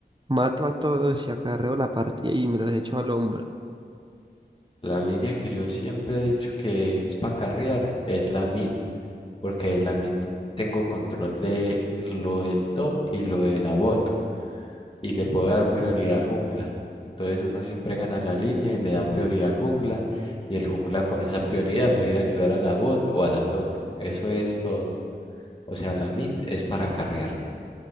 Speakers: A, on the right (about 25°); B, on the left (about 30°).
A: mato a todos y acarreo la partida y me los echo al hombro?
B: La línea que yo siempre he dicho que es para carrear es la mid, porque de la mid tengo control de lo del top y lo de la bot, y le puedo dar prioridad al jungla. Entonces uno siempre gana la línea y le da prioridad al jungla, y el jungla con esa prioridad puede ayudar a la bot o a la top. Eso es todo. O sea, la mid es para carrear.